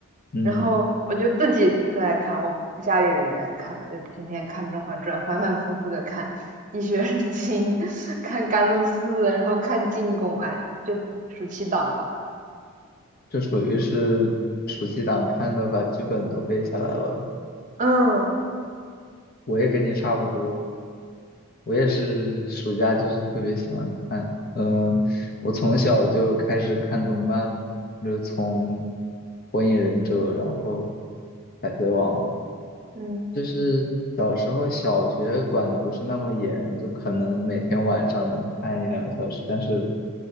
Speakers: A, on the left; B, on the right.
A: 嗯，
B: 然后我就自己特爱看，我家里人也爱看，就天天看《甄嬛传》，反反复复的看《滴血认亲》，<laughs> 看《甘露寺》，然后看《进宫》，哎，就暑期档吧。
A: 这属于是暑期档看的，把剧本都背下来了。
B: 嗯
A: 我也跟你差不多，我也是暑假就是特别喜欢看，嗯、我从小就开始看动漫嘛，就从《火影忍者》，然后《海贼王》，
B: 嗯
A: 就是小时候小学管的不是那么严，就可能每天晚上能看一两个小时，但是